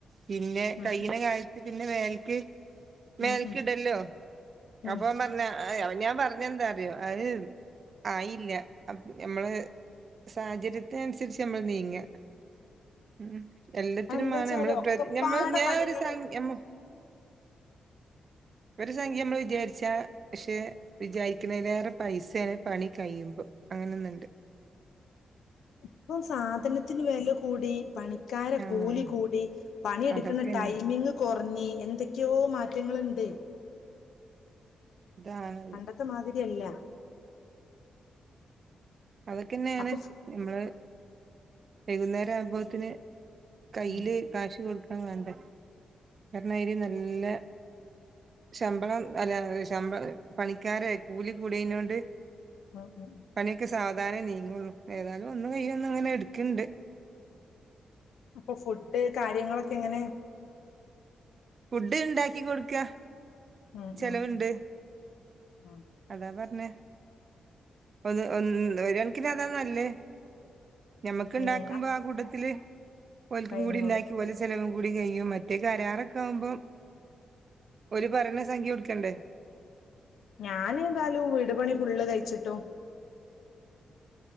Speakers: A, on the right; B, on the left.
A: പിന്നെ
B: ഉം
A: കൈയ്യ്ണ കാൽത്ത് പിന്നെ മേൽക്ക്
B: ഉം
A: മേൽക്ക്
B: ഉം
A: ടല്ലോ
B: ഉം
A: അപ്പൊ ഓ പ ർഞ്ഞ ഞാൻ പർഞ്ഞെ എന്താ അറിയോ അത് ആയില്ല ഞമ്മള് സാഹചര്യത്തിനൻസര്ച്ച് നമ്മള് നീങ്ങ ഉം എല്ലാത്തിനും
B: അതെന്താച്ചാല്
A: മാണം നമ്മള്
B: ഒക്കപ്പാടെ
A: പ്ര നമ്മൾ ഞാ
B: പണികള്
A: ഒരു സം മ്മ ഒരു സംഖ്യ മ്മള് വിചാരിച്ച പക്ഷെ വിചാരിക്ക്ണലേറെ പൈസയാ പണി കയ്യുമ്പം അങ്ങനൊന്ന്ണ്ട്.
B: ഇപ്പം സാധനത്തിന് വെല കൂടി പണിക്കാരെ
A: ആഹ്
B: കൂലി കൂടി പണി എട്ക്ക്ന്ന
A: അതൊക്കെയാണ്
B: ടൈമിങ് കൊർഞ്ഞ് എന്തൊക്കെയോ മാറ്റങ്ങള്ണ്ട്.
A: <unintelligible>
B: പണ്ടത്തെ മാതിരിയല്ല
A: അതൊക്കെന്നെയാണ്
B: അപ്പൊ ഫു
A: നമ്മള് വൈകുന്നേരം ആവുമ്പോത്തിന് കയ്യില്
B: ഉം
A: കാശ് കൊടുക്കാൻ വേണ്ടേ കാര്ണം <unintelligible> നല്ല ശമ്പളം അല്ല ശമ്പ പണിക്കാരെ കൂലി കൂടിയയ്നോണ്ട്
B: <inaudible>
A: പണിയൊക്കെ സാവധാനെ നീങ്ങുള്ളൂ ഏതാലും ഒന്ന് കയ്യെ ഒന്ന് ഇങ്ങനെ എട്ക്ക്ണ്ട്.
B: അപ്പൊ ഫുഡ് കാര്യങ്ങളൊക്കെ എങ്ങനെ?
A: ഫുഡ് ഇണ്ടാക്കി കൊട്ക്ക
B: ഉം
A: ചെലവ്ണ്ട്.
B: ഉം ഉം ഉം
A: അതാ പർഞ്ഞേ ഒന്ന് ഒരു കൺക്കിന് അതാ നല്ലേ ഞമ്മക്ക് ഇണ്ടാക്കുമ്പോ
B: ഇനി എന്നാ
A: ആ കൂട്ടത്തില് ഓൽക്കും
B: കഴിഞ്ഞോളും
A: കൂടി ഇണ്ടാക്കി ഓല് ചെലവും കൂടി കഴിയും മറ്റേ കരാറൊക്കെ ആമ്പം ഓര് പറിണ സംഖ്യ കൊട്ക്കണ്ടേ.
B: ഞാന് ഏതായാലും വീട് പണി ഫുള്ള് കയ്ച്ചിട്ടും